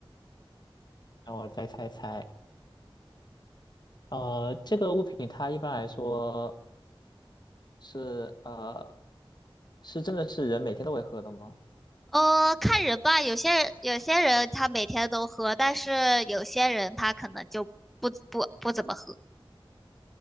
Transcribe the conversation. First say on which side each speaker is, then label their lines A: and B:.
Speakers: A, on the left; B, in the centre.
A: 让我再猜猜，呃，这个物品它一般来说是呃是真的是人每天都会喝的吗？
B: 呃，看人吧，有些人有些人他每天都喝，但是有些人他可能就不不不怎么喝。